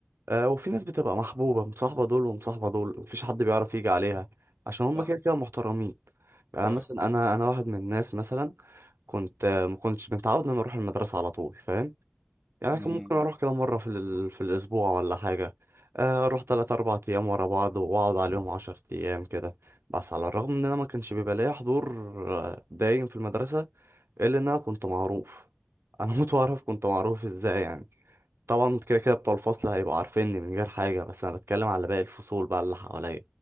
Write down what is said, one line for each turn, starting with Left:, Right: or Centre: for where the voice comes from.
Right: آه، وفي ناس بتبقى محبوبة مصاحبة دول ومصاحبة دول مفيش حد بيعرف يجي عليها عشان هما
Centre: صح
Right: كده كده محترمين يعني
Centre: صح
Right: مثلا أنا أنا واحد من الناس مثلا كنت آه، ما كنتش متعود إن أنا أروح المدرسة على طول فاهم يعني
Centre: مم.
Right: كان ممكن أروح كده مرة في, ال... في الأسبوع ولا حاجة آه، أروح تلات أربع أيام ورا بعض وأقعد عليهم عشر أيام كده بس على الرغم إن أنا ما كانش بيبقى ليا حضور آه، دايم في المدرسة إلا إن أنا كنت معروف أنا <laughs> متعرف كنت معروف إزاي يعني طبعا كده كده بتوع الفصل هيبقوا عارفيني من غير حاجة بس أنا بتكلم على باقي الفصول بقى اللي حواليا